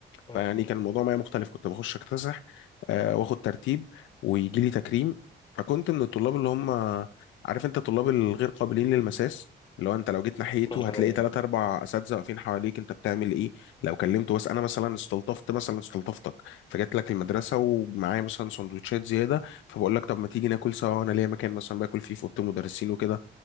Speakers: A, on the left; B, on the left.
A: مم.
B: فيعني كان الموضوع معايا مختلف كنت بخش اكتسح آه، واخد ترتيب ويجي لي تكريم فكنت من الطلاب اللي هم عارف انت الطلاب الغير قابلين للمساس اللي هو انت لو جيت ناحيته
A: مم.
B: هتلاقي
A: أي-
B: ثلاث اربع اساتذه واقفين حواليك انت بتعمل ايه لو كلمته بس انا مثلا استلطفت مثلا استلطفتك فجيت لك المدرسه ومعايا مثلا سندوتشات زياده فبقول لك طب ما تيجي ناكل سوا انا ليا مكان مثلا باكل فيه في اوضه المدرسين وكده